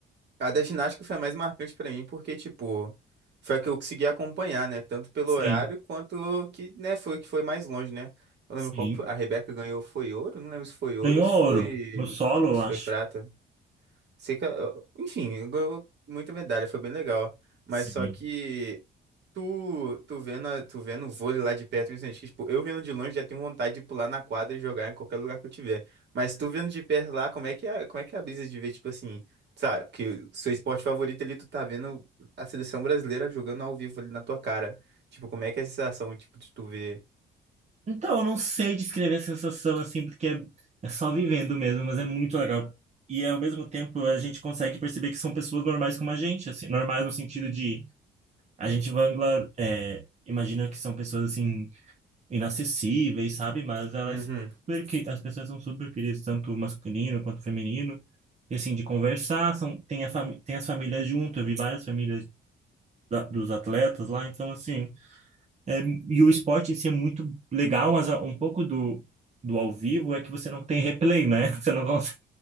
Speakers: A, on the right; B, on the right.
A: A da ginástica foi a mais marcante pra mim, porque, tipo, foi a que eu consegui acompanhar, né? Tanto pelo
B: Sim,
A: horário quanto que, né, foi o que foi mais longe, né? Eu
B: sim.
A: lembro qual que foi. A Rebeca ganhou, foi ouro? Não lembro se foi ouro
B: Ganhou
A: ou se
B: ouro.
A: foi,
B: No solo,
A: ou
B: eu
A: se
B: acho.
A: foi prata. Sei que, eu- enfim, ganhou muita medalha, foi bem legal. Mas
B: Sim.
A: só que tu, tu vendo, a- tu vendo o vôlei lá de perto, principalmente, que, tipo, eu vendo de longe já tenho vontade de pular na quadra e jogar em qualquer lugar que eu tiver. Mas tu vendo de perto lá, como é que é, como é que é a brisa de ver, tipo assim, sabe, que o seu esporte favorito ali, tu tá vendo a seleção brasileira jogando ao vivo ali na tua cara. Tipo, como é que é a sensação, tipo, de tu ver?
B: Então, eu não sei descrever a sensação assim, porque é é só vivendo mesmo, mas é muito legal. E ao mesmo tempo, a gente consegue perceber que são pessoas normais como a gente, assim, normais no sentido de a gente vangla, é, imagina que são pessoas assim inacessíveis, sabe? Mas elas
A: Uhum.
B: super, que- as pessoas são super queridas, tanto masculino quanto feminino. E assim, de conversar, são, tem a fami- tem as famílias junto, eu vi várias famílias da- dos atletas lá, então assim, é, e o esporte em si é muito legal, mas a- um pouco do, do ao vivo é que você não tem replay, né? <laughs> Você não consegue.